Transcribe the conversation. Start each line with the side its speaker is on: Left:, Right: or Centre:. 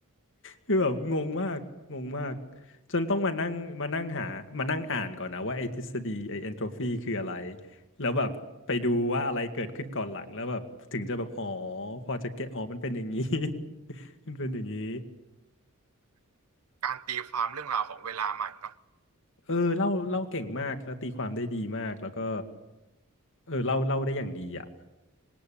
Left: คือแบบงงมากงงมากจนต้องมานั่งมานั่งหามานั่งอ่านก่อนนะว่าไอ้ทฤษฎีไอ้เอนโทรฟีคืออะไรแล้วแบบไปดูว่าอะไรเกิดขึ้นก่อนหลังแล้วแบบถึงจะแบบอ๋อพอจะเก็ตอ๋อมันเป็นอย่างนี้ <laughs> มันเป็นอย่างนี้
Right: การตีความเรื่องราวของเวลาใหม่เนาะ
Left: เออเล่าเล่าเก่งมากแล้วตีความได้ดีมากแล้วก็เออเล่าเล่าได้อย่างดีอ่ะ